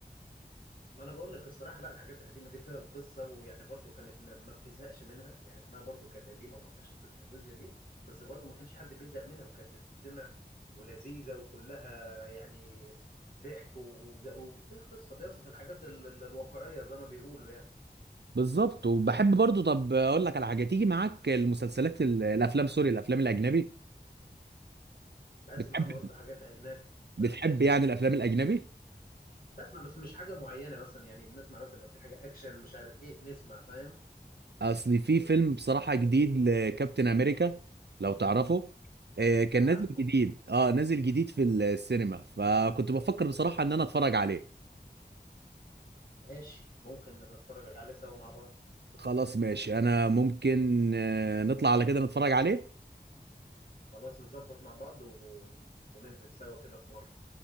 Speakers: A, on the left; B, on the right.
A: ما انا بقول لك الصراحه لا الحاجات القديمه دي فيها القصه ويعني برضو كانت م- ما بتزهقش منها يعني اسمها برضو كانت قديمه وما فيهاش التكنولوجيا دي بس برضو ما كانش حد بيزهق منها وكانت بتتسمع ولذيذه وكلها يعني ضحك و- وفيها قصه بيصف الحاجات ال- ال- الواقعيه زي ما بيقولوا يعني
B: بالظبط وبحب برضو طب اقول لك على حاجه تيجي معاك المسلسلات ال- الافلام سوري الافلام الاجنبي
A: بسمع
B: بتحب
A: برضو حاجات اجنبي
B: بتحب
A: بسمع
B: يعني الافلام الاجنبي
A: بسمع بس مش حاجه معينه مثلا يعني بنسمع مثلا لو في حاجه اكشن مش عارف ايه نسمع فاهم
B: اصل في فيلم بصراحة جديد لكابتن امريكا لو تعرفه آه، كان
A: عارفه
B: نازل جديد اه نازل جديد في السينما فكنت بفكر بصراحة ان انا اتفرج عليه
A: ماشي ممكن نتفرج عليه سوا مع بعض
B: خلاص ماشي انا ممكن آه، نطلع على كده نتفرج عليه
A: خلاص نظبط مع بعض ون- وننزل سوا كده في مرة